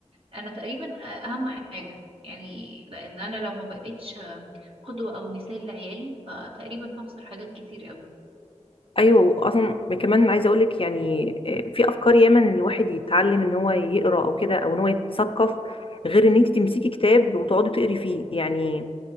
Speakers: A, on the right; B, on the left.
A: أنا تقريبا أهم حاجة يعني لأن أنا لو ما بقتش قدوة أو مثال لعيالي فتقريبا هخسر حاجات كتير قوي
B: ايوه اصلا كمان عايزه اقول لك يعني آه، في افكار ياما ان الواحد يتعلم ان هو يقرا او كده او ان هو يتثقف غير ان انت تمسكي كتاب وتقعدي تقري فيه يعني